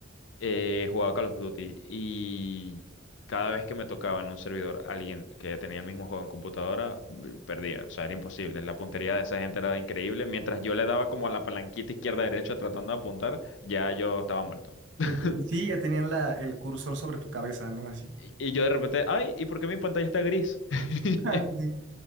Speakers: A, on the left; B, on the right.
A: eh, jugaba Call of Duty y cada vez que me tocaba en un servidor alguien que tenía el mismo juego en computadora, b- perdía. O sea, era imposible. La puntería de esa gente era increíble. Mientras yo le daba como a la palanquita izquierda-derecha tratando de apuntar, ya yo estaba muerto. <laughs>
B: Ya ten- sí, ya tenían la, el cursor sobre tu cabeza, ¿no? Así. <laughs>
A: Y y yo de repente, ay, ¿y por qué mi pantalla está gris? <laughs>
B: Ah, sí,